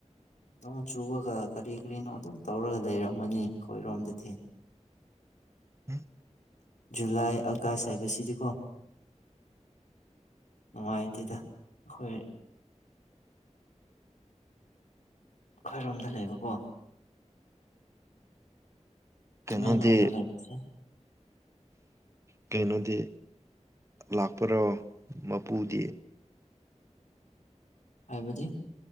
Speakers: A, on the left; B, on the right.
A: ꯅꯣꯡ ꯆꯨꯕꯒ ꯀꯔꯤ ꯀꯔꯤꯅꯣ ꯑꯗꯨꯝ ꯇꯧꯔꯒ ꯂꯩꯔꯝꯃꯣ ꯃꯅꯤ ꯑꯩꯈꯣꯏꯔꯣꯝꯗꯗꯤ
B: <unintelligible>
A: ꯖꯨꯂꯥꯏ ꯑꯀꯥꯁ ꯍꯥꯏꯕꯁꯤꯗꯤꯀꯣ ꯅꯨꯡꯉꯥꯏꯇꯦꯗ ꯑꯩꯈꯣꯏ ꯑꯩꯈꯣꯏꯔꯣꯝꯗ ꯂꯩꯕꯀꯣ
B: ꯀꯩꯅꯣꯗꯤ
A: ꯇꯥꯌ‌ꯦꯡꯂꫭꯡꯗ ꯂꯩꯕꯁ‌ꯦ
B: ꯀꯩꯅꯣꯗꯤ ꯂꯥꯛꯄ꯭ꯔꯣ ꯃꯄꯨꯗꯤ
A: ꯍꯥꯏꯕꯗꯤ